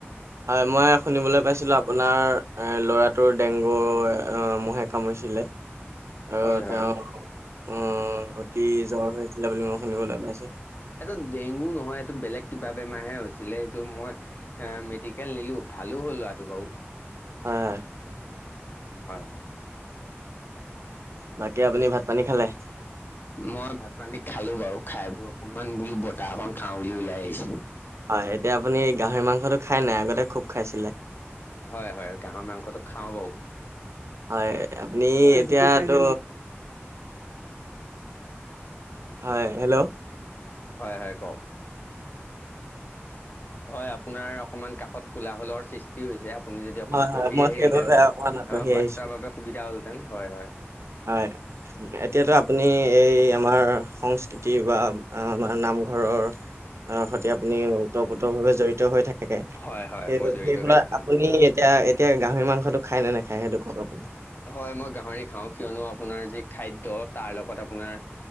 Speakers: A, on the right; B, on the left.
A: হয়, মই শুনিবলৈ পাইছিলোঁ, আপোনাৰ ল'ৰাটোৰ ডেংগু মহে কামোৰিছিলে।
B: <inaudible>
A: আৰু
B: হয়।
A: তেওঁ আহ, অতি জ্বৰ হৈছিলে বুলি মই শুনিবলৈ পাইছো।
B: এইটো ডেংগু নহয়, এইটো বেলেগ কিবা বেমাৰ হে হৈছিলে এইটো মই এ মেডিকেল নিলো, ভালো হ'ল লৰাটো বাৰু।
A: হয়, হয়।
B: হয়, হয়।
A: বাকী আপুনি ভাত পানী খালে?
B: মই ভাত পানী খালো বাৰু, খাই বৈ অকনমান বোলো বতাহ অকন খাও বুলি ওলাই আহিছো।
A: হয়, এতিয়া আপুনি গাহৰি মাংসটো খাই নে নাই? আগতে খুব খাইছিলে।
B: হয়, হয়, গাহৰি মাংসটো খাও বাৰু।
A: হয়, আপুনি এতিয়াটো হয়, হেল্ল'?
B: হয়, হয়, কওক। হয়, আপোনাৰ অকণমান কাষত কোলাাহলৰ সৃষ্টি হৈছে, আপুনি যদি অকণ
A: হয়,
B: আঁতৰি
A: মই
B: আহিলহেতেন
A: সেইবাবে অকমান আঁতহি
B: আমাৰ বাৰ্তাৰ
A: আহিছোঁ।
B: বাবে সুবিধা হ'লহঁতেন হয়, হয়।
A: হয়। এতিয়াতো আপুনি এই আমাৰ সংস্কৃতি বা আমাৰ নামঘৰৰ আহ সৈতে আপুনি উত্তৰ পতৰ ভাৱে জড়িত হৈ থাকে,
B: হয় হয়
A: সেই
B: মই জড়িত
A: সেইফালে
B: হৈ থাকো।
A: আপুনি এতিয়া এতিয়া গাহৰি মাংসটো খাই নে নেখায় সেইতো কওক আপুনি?
B: হয়, মই গাহৰি খাওঁ কিয়নো আপোনাৰ যি, খাদ্য তাৰ লগত আপোনাৰ